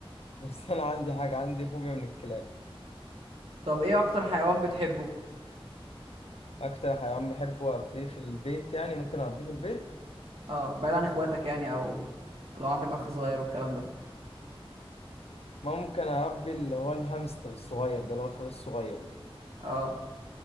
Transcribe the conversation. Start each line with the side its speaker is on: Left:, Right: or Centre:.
Left: بس انا عندي حاجه عندي فوبيا من الكلاب
Right: طب إيه أكتر حيوان بتحبه؟
Left: اكتر حيوان بحبه اربيه في البيت يعني ممكن اربيه في البيت
Right: أه بعيد عن إخواتك يعني أو لو عندك أخ صغير والكلام ده
Left: ممكن اربي اللي هو الهامستر الصغير ده اللي هو الفار الصغير ده
Right: أه